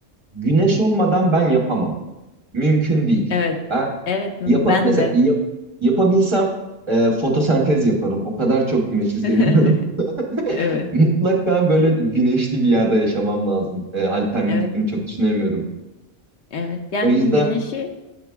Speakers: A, on the right; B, on the left.
A: güneş olmadan ben yapamam. Mümkün değil.
B: Evet.
A: Ben
B: Evet ben
A: yapıp mesela
B: de.
A: yap- yapabilsem e, fotosentez yaparım. O kadar çok güneşi seviyorum.
B: <laughs> Evet.
A: <laughs> Mutlaka böyle güneşli bir yerde yaşamam lazım. E, alternatifini
B: Evet.
A: çok düşünemiyorum.
B: Evet yani
A: O yüzden
B: güneşi